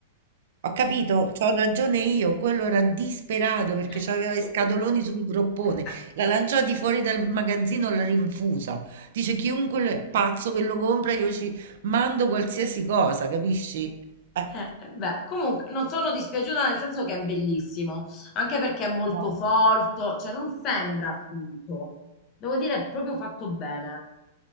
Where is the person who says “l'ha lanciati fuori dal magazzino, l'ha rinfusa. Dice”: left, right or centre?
Right